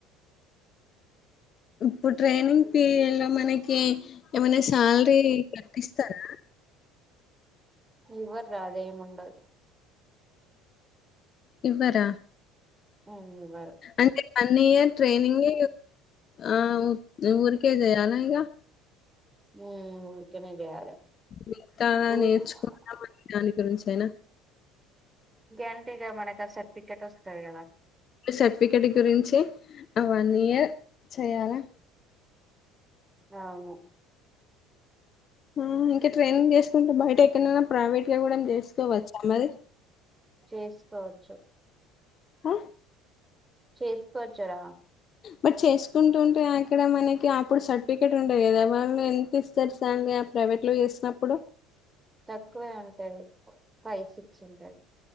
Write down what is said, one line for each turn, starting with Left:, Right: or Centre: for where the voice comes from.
Left: ఇప్పుడు ట్రైనింగ్ పీరియడ్ లో మనకి ఏమైనా శాలరీ కట్టిస్తారా
Right: ఇవర్ రాదయంము ఉండ అది
Left: ఇవ్వరా
Right: ఉమ్, ఇవ్వరు
Left: అంటే వన్ ఇయర్ ట్రైనింగ్ ఆఊ ఉఊరుక జయాలయగా
Right: ఉమ్ నే బారు
Left: మిగతా
Right: ఊరిక
Left: నేర్చుకుంటాం అనే దాని గురించేనా
Right: ఏంట ఇక మనక సర్టిఫికెట్ వస్తుంది కదా
Left: సర్టిఫికెట్ గురించి వన్ ఇయర్ చెయాలా
Right: ఆను
Left: ఆ ఇంకా ట్రైనింగ్ చేసుకుంటే బయట ఎక్కడనైనా ప్రైవేట్ గా కూడా చేసుకోవచ్చా మరి
Right: చేసుకోవచ్చు
Left: ఆ
Right: చేసుకోవచ్చారా
Left: బట్ చేసుకుంటుంటే అక్కడ మనకి అప్పుడు సర్టిఫికెట్ ఉంటయి కదా వాళ్ళు ఎంత ఇస్తారు సార్ ప్రైవేట్ లో చేసినప్పుడు
Right: తక్కువే ఉంటది ఫైవ్ సిక్స్ ఉంటది